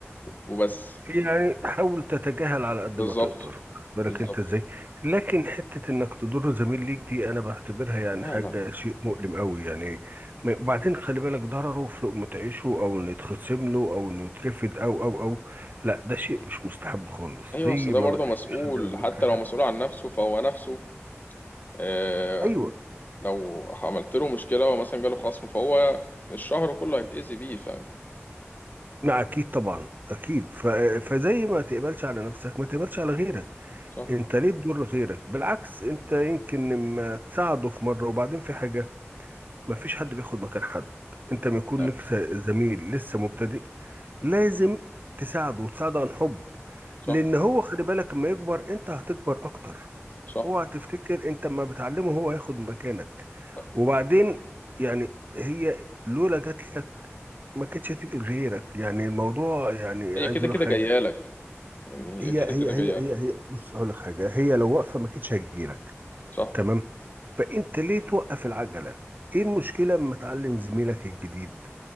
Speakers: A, on the left; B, on the right.
A: وبس
B: يعني حاول تتجاهل على قد
A: بالظبط
B: ما تقدر بالك
A: بالظبط
B: انت ازاي لكن حتة انك تضر زميل ليك دي انا بعتبرها يعني
A: لا
B: حاجة
A: لا
B: شيء مؤلم قوي يعني م- وبعدين خلي بالك ضرره في لقمة عيشه او انه يتخصم له او انه يترفد او او او لا ده شيء مش مستحب خالص
A: ايوه
B: زي
A: بس ده
B: ما
A: برضه
B: ما تحبش
A: مسؤول
B: حد يعمل
A: حتى
B: معاك حاجة
A: لو مسؤول عن نفسه فهو نفسه آه
B: ايوه
A: لو عملت له مشكله ومثلا جاله خصم فهو الشهر كله هيتأذي بيه فاهم
B: لا اكيد طبعا اكيد ف... فزي ما تقبلش على نفسك ما تقبلش على غيرك
A: صح
B: انت ليه تضر غيرك بالعكس انت يمكن لما تساعده في مرة وبعدين في حاجة مفيش حد بياخد مكان حد انت ما يكون
A: لا
B: لك س- زميل لسه مبتدئ لازم تساعده وتساعده عن حب
A: صح
B: لان هو خلي بالك اما يكبر انت هتكبر اكتر
A: صح
B: اوعى تفتكر انت اما بتعلمه هو هياخد مكانك
A: لا.
B: وبعدين يعني هي لولا جات لك ما كانتش هتيجي لغيرك يعني الموضوع يعني
A: هي
B: عايز
A: كده
B: اقول
A: كده
B: لك حاجه
A: جايه لك يعني
B: هي
A: هي كده
B: هي
A: كده
B: هي
A: جايه
B: هي
A: لك
B: هي بص اقول لك حاجه هي لو واقفه ما كانتش هتجي لك
A: صح
B: تمام فانت ليه توقف العجله ايه المشكله اما تعلم زميلك الجديد